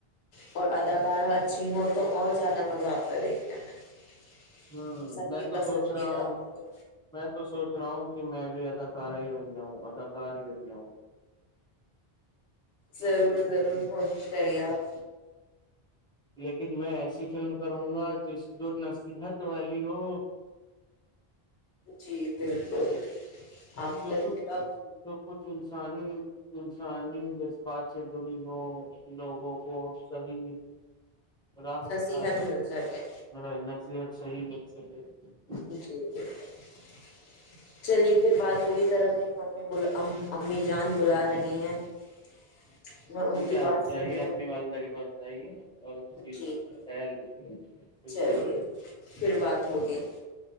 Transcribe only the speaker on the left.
اور اداکارہ اچھی ہوں تو اور زیادہ مزہ آتا ہے دیکھنے میں <unintelligible>
سب
کی
پسندیدہ
تو
ضرور ضرور پہنچ <unintelligible> سریہ <inaudible>
جی بالکل <inaudible> آپ
کا
میرا
نصیحت
مل
سکے
جی <inaudible> چلیے پھر بات ہوگی ذر ہم ممی امی جان بلا رہی ہیں <unintelligible> ان
کی
بات
سن لوں
جی
ج
چلیےھیک
پھر بات ہو گئی <unintelligible>